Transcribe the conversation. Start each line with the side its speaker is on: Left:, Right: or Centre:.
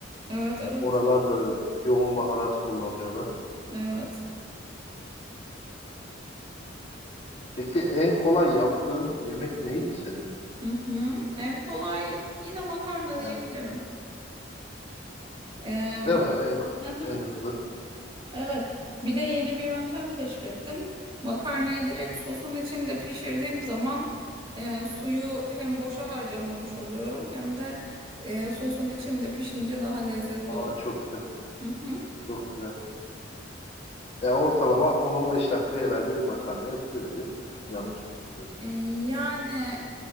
Right: Evet evet.
Left: Oralar da öyle yoğun baharat kullanıyorlar.
Right: Evet.
Left: Peki en kolay yaptığın yemek neydi senin?
Right: Hı hı. En kolay yine makarna
Left: Yani
Right: diyebilirim. Ee,
Left: değil mi? En ko-
Right: aha,
Left: en hızlı.
Right: evet. Bir de yeni bir yöntem keşfettim. Makarnayı direkt sosun içinde pişirdiğim zaman e, suyu hem boşa harcamamış oluyorum hem de e, sosun içinde pişince daha lezzetli
Left: Ama
Right: oluyor.
Left: çok güzel.
Right: Hı hı.
Left: Çok güzel. E ortalama 10-15 dakikaya herhalde bir makarna yapılıyor, değil mi? Yanlış mı düşünüyorum?
Right: E, yani